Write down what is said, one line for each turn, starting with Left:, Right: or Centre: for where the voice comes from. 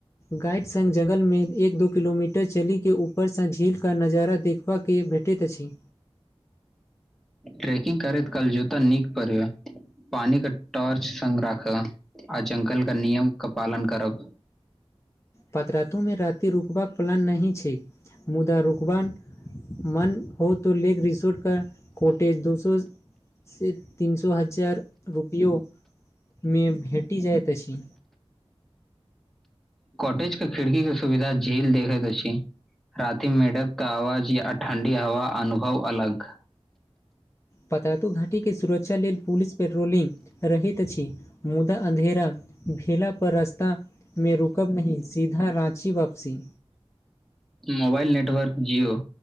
Left: गाइड सङ्ग जङंगलमे, एक दो किलोमीटर टर, चलीके, ऊपरसँ झील कऽ नजारा देखबाके भेटैत अछि।
Centre: रेकिंग करैत, कल जोता नीक पढ़। पानी के टॉर्च संग राखब, आ जंगल के नियम के पालन करब।
Left: पात्रातुमे राति रुकबाक प्लान नहि छै, मुदा रुकबा मन हो त लेक रिसोर्ट क कोॉटेज दोसरो से तीन सए, हजार रुपयो मे भेटि जाइत अछि।
Centre: कॉटेज के खिड़की के सुविधा, झील देखे के छी। राति मेढ़क क आवाज, या ठण्डी हवाक अनुभव अलग।
Left: पताातो घाटीके सुरक्षा लेल पुलिस पेट्रोलिंग रहैत अछि मुदा अन्धेरा भेला पर रास्ता मे रुकब नहि सीधा राँची वापसी।
Centre: मोबाल नेटवर्क जिओ,